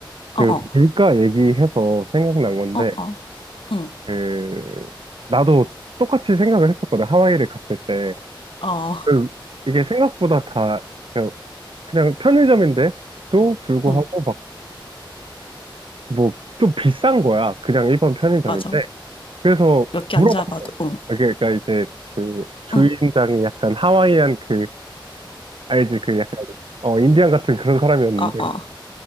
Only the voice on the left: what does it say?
어, 어,
어, 어. 응.
어.
응.
맞아.
몇 개
안 잡아도 응.
응.
어, 어.